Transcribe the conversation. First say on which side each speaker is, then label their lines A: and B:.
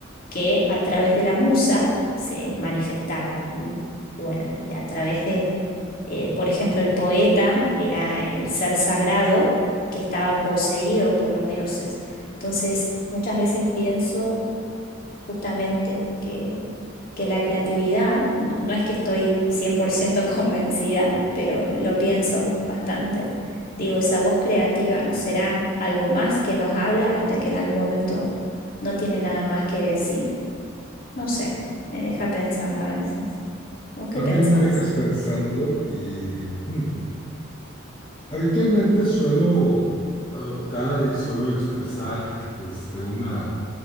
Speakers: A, on the left; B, on the left.
A: que a través de la musa se manifestaban. Y, y bueno, y a través de, eh, por ejemplo, el poeta era el ser sagrado que estaba poseído por los dioses. Entonces, muchas veces pienso justamente que, que la creatividad, no, no es que estoy 100% <laughs> convencida, pero lo pienso bastante. Digo, esa voz creativa nos será algo más que nos habla hasta que en algún momento no tiene nada más que decir? No sé, me deja pensando a veces. ¿Vos qué
B: También
A: pensás?
B: me dejas pensando y mm, habitualmente suelo adoptar y suelo expresar este, una